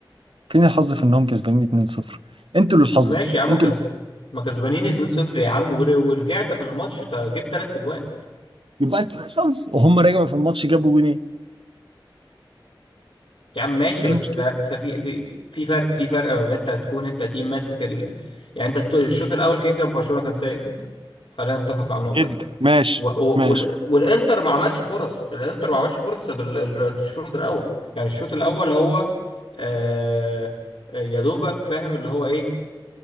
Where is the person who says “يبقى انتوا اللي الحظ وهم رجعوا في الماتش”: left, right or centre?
Right